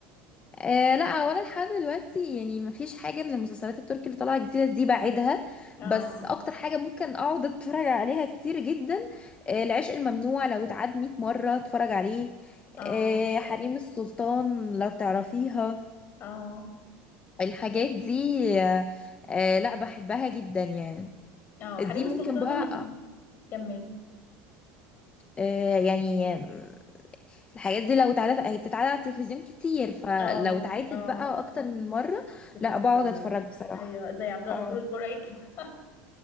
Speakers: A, on the left; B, on the left.
A: آه لا هو انا لحد دلوقتي يعني مفيش حاجه من المسلسلات التركي اللي طالعه جديده دي بعيدها
B: اه
A: بس اكتر حاجه ممكن اقعد اتفرج عليها كتير جدا آه العشق الممنوع لو اتعاد 100 مره اتفرج عليه
B: اه
A: آه حريم السلطان لو تعرفيها
B: اه
A: الحاجات دي آه آه لا بحبها جدا يعني
B: اه
A: دي
B: حريم
A: ممكن
B: السلطان
A: بقى
B: لما كمل
A: آه يعني آم، الحاجات دي لو اتعادت هي بتتعاد على التلفزيون كتير فلو
B: اه
A: اتعادت
B: اه
A: بقى اكتر من مره
B: بتتفرج
A: لا بقعد اتفرج بصراحه
B: ايوه زي عبد الغفور
A: اه
B: البرعي كده <laughs>